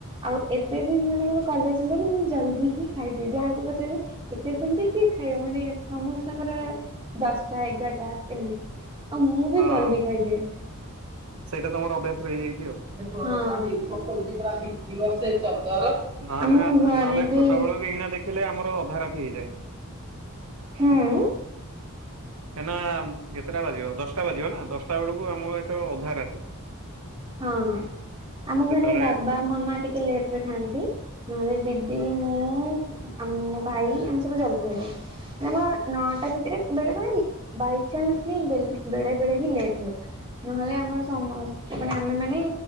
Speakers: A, on the right; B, on the right.
A: ଆଉ ଏବେ ବି ମାନେ ମୋର କଲେଜ୍ ହେଲାଣି ମୁଁ ଜଲଦି ହିଁ ଖାଇଦିଏ ଯାହାକୁ ପଚାରିବ ଏତେ ଜଲ୍ଦି କିଏ ଖାଇବ ମାନେ ସମସ୍ତଙ୍କର ଦଶଟା ଏଗାରଟା ଏମିତି ଆଉ ମୁଁ ବି
B: ହଁ
A: ଜଲ୍ଦି ଖାଇଦିଏ।
B: ସେଇଟା ତମର ଅଭ୍ୟାସ ରହିଯାଇଛି ଆଉ।
A: ହଁ <unintelligible>
B: ନାଁ ନାଁ
A: ଘରେ
B: ନହେଲେ
A: ବି
B: ଛୋଟ ବେଳେ ମୁଁ ବି ନାଦିକି ହେଲେ ଆମର ଅଧରାତି ହେଇଯାଏ।
A: ହୁଁ।
B: ଏଇନା ଯେତେଟା ବାଜିବ ଦଶଟା ବାଜିବ ନା ଦଶଟା ବେଳକୁ ଆମର ହେଇଥିବ ଅଧାରାତି।
A: ହଁ ଆମ
B: ସେତେବେଳେ
A: ଘରେ ବାବା ମାମା ଟିକେ ଲେଟ୍ ରେ ଖାଆନ୍ତି ନହେଲେ ଦିଦି ଆଉ ମୁଁ ଆମ ଭାଇ ଆମେ ସବୁ ଜଲ୍ଦି ଖାଇଦଉ। ମାମା ନଅଟା ଭିତରେ ବେଳେ ବେଳେ ବାଇଚାନ୍ସଲି ବେଲ ବେଳେ ବେଳେ ହିଁ ଲେଟ୍ ହୁଏ ନହେଲେ ଆମର ସମସ୍ ମାନେ ଆମେମାନେ